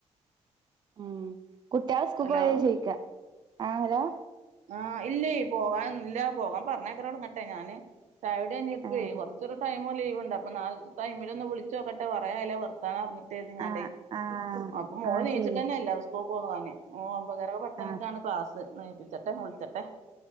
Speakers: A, on the right; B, on the right.
A: ഉം കുട്ടിയള് സ്കൂൾക്ക്
B: ഹലോ
A: പോയോ ചോയിക്ക ആഹ് ഹലോ
B: ആഹ് ഇല്ലേ പോകാ ഇല്ല പോകാൻ പറഞ്ഞേക്കലൊടങ്ങട്ടെ ഞാന് ചായുടി കഴിഞ്ഞപ്പെ
A: ആഹ്
B: കുറച്ചൊരു ടൈം മു ലീവുണ്ട് അപ്പൊ നാളത്തെ ടൈമിൽ ഒന്ന് വിളിച്ച് നോക്കട്ടെ പറയാല്ലെ വർത്തന ർഞ്ഞി ചെയ്ത്ങ്ങാണ്ടെ
A: ആഹ് ആഹ്
B: അപ്പൊ മോള്
A: ആഹ്
B: നീച്ചിട്ടന്നെ
A: ശരി
B: ഇല്ല സ് പോകാനെ ഓന്ന് പറഞ്ഞ് ഒമ്പതര പത്ത് മണിക്കാണ്
A: ആഹ്
B: ക്ലാസ് എനീപ്പിച്ചട്ടെ വിളിച്ചട്ടെ